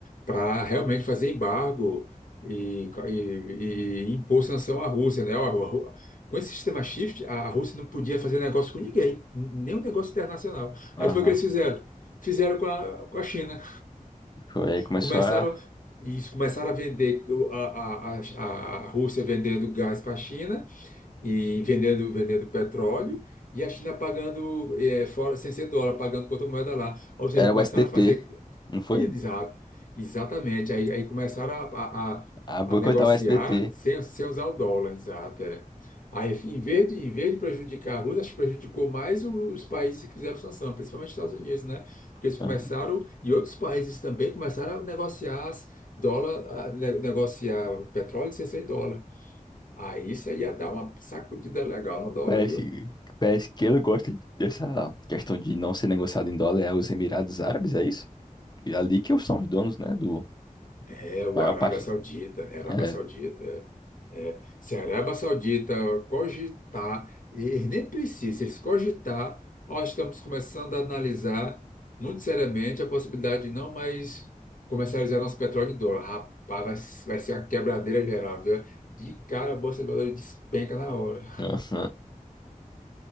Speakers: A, on the left; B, on the left.
A: para realmente fazer embargo e, e, e impor sanção à Rússia, né? Ó, a Rú- com esse sistema SWIFT, a, a Rússia não podia fazer negócio com ninguém, nem um negócio internacional.
B: Aham.
A: Aí foi o que eles fizeram. Fizeram com a, com a China.
B: Foi aí começou
A: Começaram,
B: a.
A: e começaram a vender o- a, a, a, a Rússia vendendo gás para a China e vendendo, vendendo petróleo, e a China pagando eh, fora, sem ser dólar, pagando contra moeda lá. Ou seja,
B: Era
A: começaram
B: o S D T
A: a fazer.
B: Não foi?
A: e- Exato, exatamente. Aí, aí começaram a, a, a-
B: A boicotar
A: a negociar
B: o S SDT.
A: sem, sem usar o dólar, exato. é. Aí, em vez de, em vez de prejudicar a Rússia, acho que prejudicou mais o- os países que fizeram sanção, principalmente os Estados Unidos, né? Porque eles
B: Aham.
A: começaram, e outros países também começaram a negociar as- dólar, a ne- negociar petróleo sem ser dólar. Aí isso aí ia dar uma sacudida legal no dólar,
B: Parece,
A: viu?
B: parece que ele gosta dessa questão de não ser negociado em dólar é os Emirados Árabes, é isso? E ali que são os donos, né, do
A: É o
B: maior
A: Arábia
B: parte.
A: Saudita, é Arábia
B: É.
A: Saudita. É. É. Se a Arábia Saudita cogitar, e e nem precisa, se eles cogitar, nós estamos começando a analisar muito seriamente a possibilidade de não mais comercializar nosso petróleo em dólar. Rapaz, vai, s- vai ser a quebradeira geral, viu? De cara a Bolsa de Valores despenca na hora.
B: Aham.